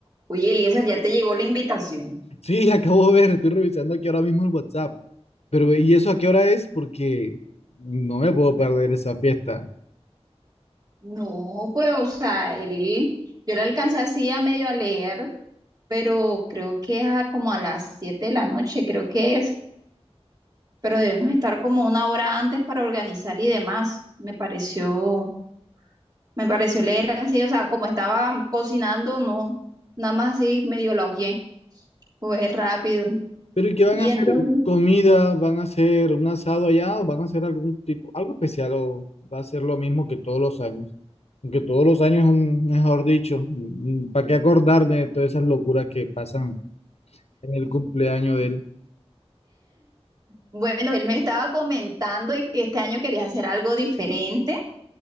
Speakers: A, on the right; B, on the left.
A: Oye, Eliezer, ya te llegó la invitación.
B: Sí, <laughs> acabo de ver, estoy revisando aquí ahora mismo el WhatsApp. Pero, ¿y eso a qué hora es? Porque no me puedo perder esa fiesta.
A: No, pues, o sea, él, yo la alcancé así a medio a leer, pero creo que es a- como a las 7 de la noche, creo que es, pero debemos estar como una hora antes para organizar y demás. Me pareció, me pareció leer así, o sea, como estaba cocinando, no, nada más así medio la hojeé, fue rápido.
B: Pero, ¿y qué van
A: Y
B: a hacer?
A: entonces,
B: ¿Comida? ¿Van a hacer un asado allá? ¿O van a hacer algún tipo, algo especial? ¿O va a ser lo mismo que todos los años? Aunque todos los años, es un, mejor dicho, mm, ¿para qué acordarme de todas esas locuras que pasan en el cumpleaños de él?
A: bueno, él me estaba comentando y que este año quería hacer algo diferente